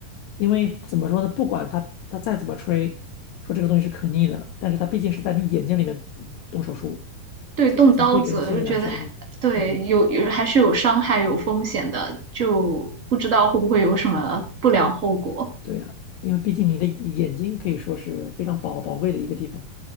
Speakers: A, on the left; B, on the right.
A: 因为怎么说呢，不管他他再怎么吹说这个东西是可逆的，但是他毕竟是在你眼睛里面动手术，
B: 对，
A: 总总会给人心里难受那点。
B: 动刀子就觉得还对，
A: 嗯，
B: 有有还是有伤害、有风险的，就不知道会不会有什么不良后果。
A: 对呀，因为毕竟你的眼睛可以说是非常宝宝贵的一个地方。